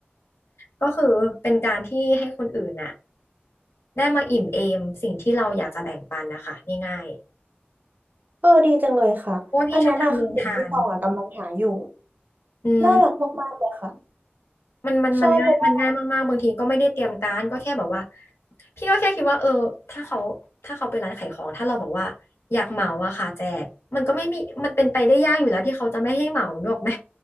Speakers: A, on the left; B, on the right.
A: ก็คือเป็นการที่ให้คนอื่นน่ะได้มาอิ่มเอมสิ่งที่เราอยากจะแบ่งปันนะคะง่าย
B: เออดีจังเลยค่ะอันเนี้ยน่ะคือสิ่งที่ตองอะกำลังหาอยู่
A: ๆเพราะว่าพี่ชอบทำโรงทานอืม
B: น่ารักมากๆเลยค่ะ
A: มันมันมันง่ายมันง่ายมากๆบางทีก็ไม่ได้เตรียมการก็แค่แบบว่า
B: ใช่เพราะว่า
A: พี่ก็แค่คิดว่าเออถ้าเขาถ้าเขาไปร้านขายของถ้าเราบอกว่าอยากเหมาอะค่ะแจกมันก็ไม่มีมันเป็นไปได้ยากอยู่แล้วที่เขาจะไม่ให้เหมาหรอกไหม